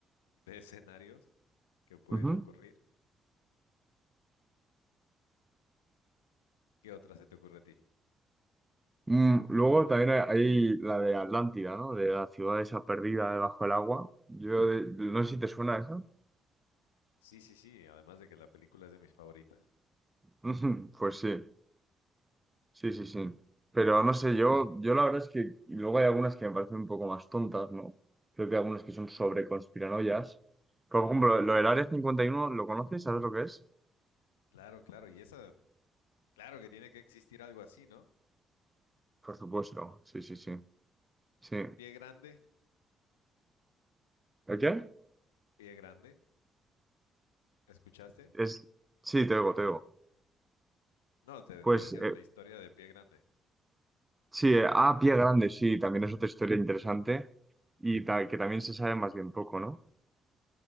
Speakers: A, on the left; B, on the right.
A: de escenarios que pueden
B: Ujú.
A: ocurrir. ¿Qué otra se te ocurre a ti?
B: Mm, luego también hay, hay la de Atlántida, ¿no? De la ciudad esa perdida debajo del agua. Yo de- no sé si te suena esa.
A: Sí, sí, sí, además de que la película es de mis favoritas.
B: Ujú, Pues sí, sí, sí, sí. Pero no sé, yo, yo la verdad es que y luego hay algunas que me parecen un poco más tontas, ¿no? Creo que hay algunas que son sobre conspiranoias. Por ejemplo, lo del Área cincuenta y uno ¿lo conoces? ¿Sabes lo que es?
A: Claro, claro, y esa Claro que tiene que existir algo así, ¿no?
B: Por supuesto, sí, sí, sí. Sí.
A: Pie grande,
B: ¿El qué?
A: pie grande. ¿Escuchaste?
B: Es... Sí, te digo, te digo.
A: No, te,
B: Pues
A: te decía
B: eh,
A: de la historia de pie grande.
B: sí, eh, ah, Pie Grande, sí, también es otra historia interesante y ta- que también se sabe más bien poco, ¿no?